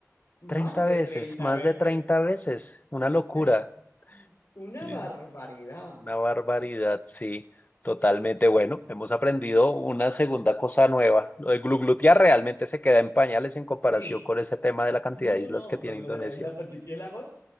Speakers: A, on the left; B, on the left.
A: Más
B: 30
A: de
B: veces,
A: treinta
B: más
A: veces.
B: de 30 veces, una
A: O
B: locura,
A: sea, una
B: Sí.
A: barbaridad.
B: una barbaridad, sí, totalmente. Bueno, hemos aprendido una segunda cosa nueva. Lo de gluglutear realmente se queda en pañales en comparación
A: Sí.
B: con ese tema de la cantidad
A: No, no,
B: de islas
A: no,
B: que tiene
A: con lo
B: Indonesia.
A: de los archipiélagos.